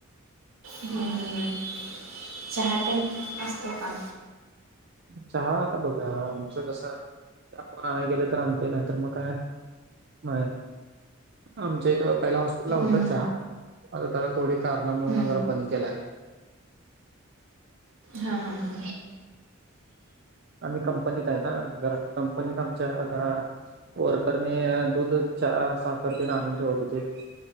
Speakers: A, on the right (about 70°); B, on the right (about 50°).
A: ह ह चहा तेन असतो का.
B: चहा आता बघा आमचं कसय चहा कोण आणाय गेलं तर आणतय नाही तर मग काय. होय, आमच्या इथ पहिला हॉस्पिटलला होता
A: हम्म हम्म
B: चहा. आता जरा थोडी कारणामूळन
A: हम्म
B: जरा बंद केलाय.
A: हा हा हा,
B: आम्ही कंपनीत आहे ना, जरा कंपनीत आमच्या जरा! वर्करनी दूध चहा साखर तेन आणून ठेवत होते,